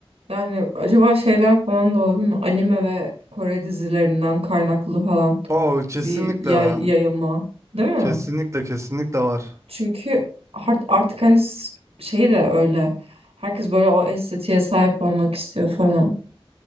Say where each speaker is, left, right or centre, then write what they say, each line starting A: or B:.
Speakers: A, on the right; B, on the right.
A: Yani acaba şeyden falan da olabilir mi? Anime ve Kore dizilerinden kaynaklı falan
B: Oo kesinlikle
A: bir yay
B: var.
A: yayılma, değil mi?
B: Kesinlikle kesinlikle var.
A: Çünkü art- artık hani s- şey de öyle. Herkes böyle o estetiğe sahip olmak istiyor falan.